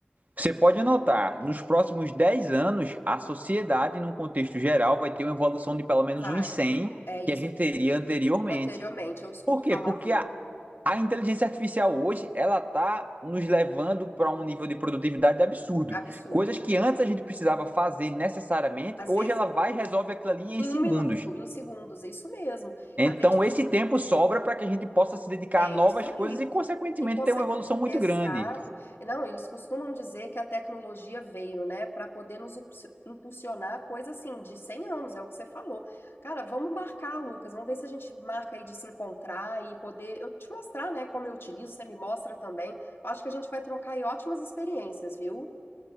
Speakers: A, on the right (about 45°); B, on the left (about 70°).
A: você pode notar, nos próximos 10 anos, a sociedade, num contexto geral, vai ter uma evolução de pelo menos
B: vai.
A: uns 100
B: É isso
A: que a gente
B: que
A: teria anteriormente.
B: anteriormente eu escuto
A: Por quê?
B: falar
A: Porque
B: muito.
A: a, a inteligência artificial hoje, ela está nos levando para um nível de produtividade absurdo.
B: Absurdo.
A: Coisas que antes a gente precisava fazer necessariamente,
B: Às
A: hoje
B: vezes,
A: ela vai e resolve aquilo ali em
B: em
A: segundos.
B: um minuto, em segundos, é isso mesmo.
A: Então,
B: A gente
A: esse tempo sobra para que a gente possa se dedicar
B: é
A: a novas
B: isso aí.
A: coisas e, consequentemente,
B: E consequência.
A: ter uma evolução muito
B: Exato.
A: grande.
B: E Não, eles costumam dizer que a tecnologia veio, né, para poder nos ups- impulsionar coisa assim de 100 anos, é o que você falou. Cara, vamos marcar, Lucas, vamos ver se a gente marca aí de se encontrar e poder eu te mostrar, né, como eu utilizo, você me mostra também. Acho que a gente vai trocar aí ótimas experiências, viu?